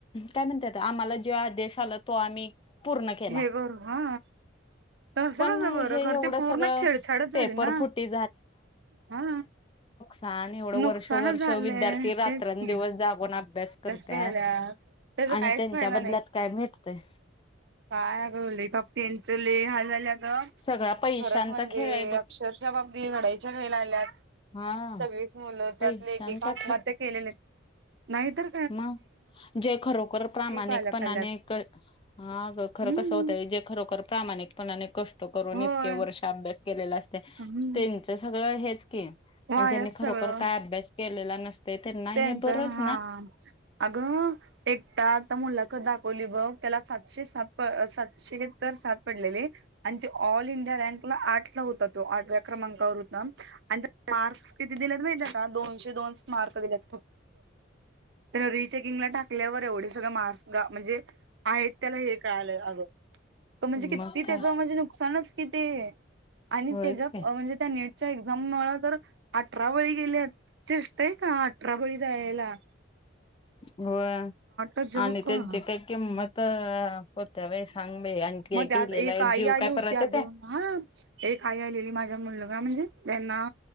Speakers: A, on the left; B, on the right.
A: काय म्हणत्यात आम्हाला जो आदेश आला तो आम्ही पूर्ण केला
B: हे बर हा तसं
A: पण
B: कसं बरं
A: हे
B: खर
A: एवढं
B: ते पूर्ण
A: सगळं
B: छेडछाडच
A: पेपर
B: झाली ना?
A: फुटी
B: हा
A: त आन आती एवढं
B: नुकसानच
A: वर्ष वर्ष
B: झालंय
A: विद्यार्थी रात्रंदिवस
B: तेच की
A: जागूण अभ्यास करत्यात
B: घ्यायला त्याचा
A: आणि
B: काहीच
A: त्यांच्या
B: फायदा
A: बदल्यात
B: नाही
A: काय मीटतय?
B: काय आग लई पाप त्यांचं लय हाल झालं त
A: सगळा पैशांचा
B: खरंच म्हणजे
A: खेळ आहे बघ
B: अक्षर -शा पाप ती रडायच्या घाईला आल्यात
A: हा
B: सगळीच मुलं त्यातले
A: पैशांचा
B: एकेक आत्महत्या केलेले. नाही तर
A: म जे खरोखर प्रामाणिकपणाने
B: पालक आल्यात
A: हा ग खरं
B: हम्म.
A: कसं होतय जे खरोखर प्रामाणिक पणाने कष्ट करून
B: होय
A: इतके वर्ष अभ्यास केलेल असतय
B: हम्म.
A: त्यचं सगळं हेच की
B: वायाच
A: आणि ज्यांनी खरोखर
B: सगळं
A: काय अभ्यास केलेला नसतय त्यांना हे
B: त्यांच
A: बरच
B: हा अगं एकटा आता मुलाखत दाखवली बघ त्याला सातशे सात सातशे किती तर सात पडलेली आणि ते ऑल इंडिया रँक ला आठ ला होता तो आठव्या क्रमांकावर होता आणि त्याला मार्क्स किती दिलेत माहिती आहे का दोनशे दोनस् मार्क्स दिलेत त्याला रिचेकिंगला टाकल्यावर एवढे सगळे मार्क्स गा म्हणजे आहेत त्याला हे कळालं आग म्हणजे
A: मग
B: तो किती
A: काय
B: त्याच म्हणजे नुकसानच कि ते आणि
A: होयच
B: त्यज्यात
A: काय
B: म्हणजे त्या नेट च्या एक्झाम मूळतर अठरा बळी गेल्यात चेष्टाय का अठरा बळी जायायला
A: व्हय
B: अ जोक
A: आणि त्यांचे
B: हा
A: काही किंमत होत्या बाई सांग बाई आणि ते
B: मग त्यात
A: गेलेला
B: एक आई
A: जीव
B: आली
A: काय
B: होती
A: परत
B: अगं
A: येतोय?
B: हा एक आई आलेली माझ्या मुलगा म्हणजे त्यांना